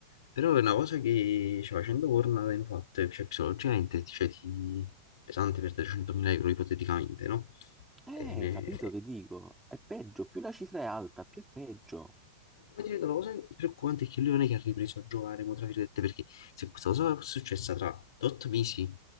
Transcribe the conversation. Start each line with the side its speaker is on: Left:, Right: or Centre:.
Left: Però è una cosa che, cioè, facendo corna, infatti, cioè, psicologicamente, cioè, ti... pesante perdere 100.000 euro ipoteticamente, no?
Centre: Eh,
Left: E ne-
Centre: capito che dico? È peggio, più la cifra è alta, più è peggio.
Left: Poi ti vedo una cosa preoccupante è che lui non è che ha ripreso a giocare, mo, tra virgolette, perché se questa cosa fosse successa tra 8 mesi,